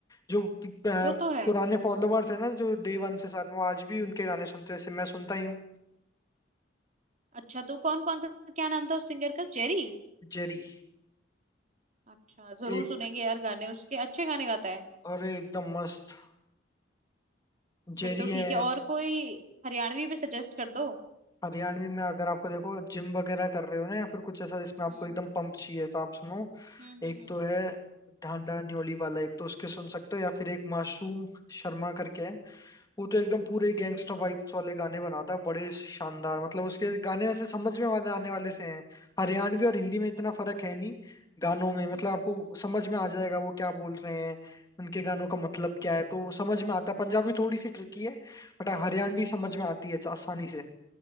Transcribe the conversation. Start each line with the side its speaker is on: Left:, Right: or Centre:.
Left: जो प- अ,
Right: वो तो है
Left: पुराने फॉलोअर्स है ना जो डे वन से साथ वो आज भी उनके गाने सुनते हैं जैसे मैं सुनता ही हूँ
Right: अच्छा तो कौन कौन सा क्या नाम था उस सिंगर का जेरी
Left: जेरी
Right: अच्छा जरूर
Left: एक
Right: सुनेंगे यार गाने उसके अच्छे गाने गाता है
Left: और एकदम मस्त जेरी
Right: फिर तो ठीक
Left: है
Right: है और कोई हरियाणवी भी सजेस्ट कर दो
Left: हरियाणवी में अगर आपको देखो जिम वगैरह कर रहे हो ना या फिर कुछ ऐसा जिसमें आपको
Right: हम्म
Left: एकदम पंप चाहिए तो आप सुनो
Right: हम्म
Left: एक
Right: हम्म हम्म हम्म
Left: तो है ढांडा न्योली वाला एक तो उसके सुन सकते हो या फिर एक मासूम शर्मा करके है वो तो एकदम पूरे गैंगस्टर वाइब्स वाले गाने बनाता है बड़े शानदार मतलब उसके गाने ऐसे समझ में वाले आने वाले से हैं हरियाणवी और हिंदी में इतना फर्क है नहीं गानों में मतलब
Right: हम्म,
Left: आपको समझ में आ जाएगा वो क्या बोल रहे हैं उनके गानों का मतलब क्या है तो वो समझ में आता है पंजाबी थोड़ी सी ट्रिकी है बट हरियाणवी समझ
Right: हम्म।
Left: में आती है आसानी से